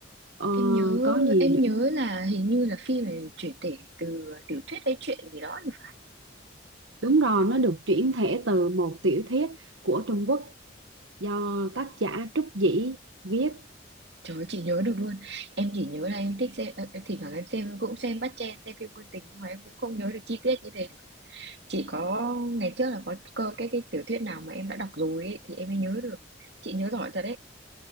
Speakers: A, on the right; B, on the right.
A: ờ,
B: em nhớ
A: có nhiều
B: em
A: những
B: nhớ là hình như là phim này chuyển thể từ tiểu thuyết hay chuyện gì đó thì phải.
A: đúng rồi nó được chuyển thể từ một tiểu thuyết của Trung Quốc do tác giả Trúc Dĩ viết
B: Trời ơi, chị nhớ được luôn. Em chỉ nhớ là em thích xem ờ, thỉnh thoảng em xem cũng xem bắt chen xem phim ngôn tình nhưng mà em cũng không nhớ được chi tiết như thế luôn. Chỉ có ngày trước là có, có cái cái tiểu thuyết nào mà em đã đọc rồi ấy, thì em mới nhớ được. Chị nhớ giỏi thật